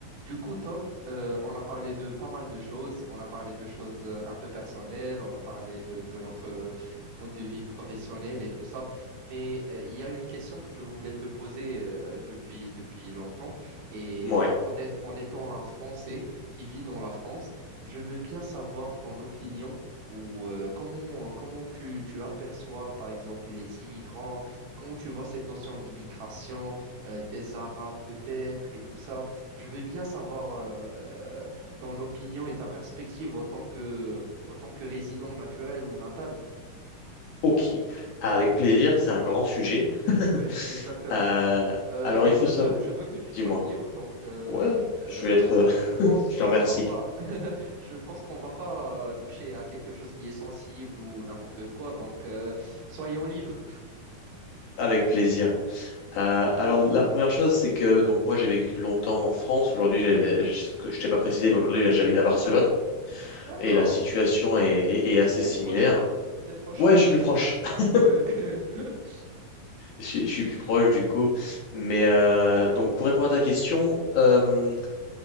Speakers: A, on the right (about 80°); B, on the left (about 65°).
A: Du coup, Tom, euh, on a parlé de pas mal de choses. On a parlé de choses euh, un peu personnelles, on a parlé de, de notre euh, mode de vie professionnel et tout ça. Mais euh, il y a une question que je voulais te poser euh, depuis, depuis longtemps. Et
B: Ouais,
A: euh, en, est- en étant un Français qui vit dans la France, je veux bien savoir ton opinion ou euh, comment, comment tu, tu aperçois, par exemple, les immigrants, comment tu vois cette notion d'immigration, euh, des Arabes peut-être et tout ça. Je veux bien savoir euh, ton opinion et ta perspective autant que, autant que résident naturel ou natal.
B: ok. Avec plaisir, c'est un grand sujet. <laughs>
A: Ouais, exactement.
B: Euh,
A: Euh,
B: alors,
A: et
B: il faut
A: je
B: savoir.
A: veux, je veux que tu sois
B: Dis-moi.
A: libre, donc euh,
B: Ouais,
A: euh,
B: je vais être. euh,
A: je pense
B: <laughs> Je
A: qu'on
B: te remercie.
A: va pas, <laughs> je pense qu'on va pas euh, toucher à quelque chose qui est sensible ou n'importe quoi, donc euh, soyons libres.
B: Avec plaisir. Euh, alors, la première chose, c'est que donc moi, j'ai vécu longtemps en France. Aujourd'hui, j'ai- je je t'ai pas précisé, mais aujourd'hui, j'habite à Barcelone
A: D'accord.
B: et la situation est, est- est assez
A: Donc t'es
B: similaire.
A: proche, t'es proche.
B: Ouais,
A: <laughs>
B: je suis plus proche. <laughs>
A: Ouais, <laughs>
B: Je, suis je suis plus proche du coup. Mais euh, donc, pour répondre à ta question, euh,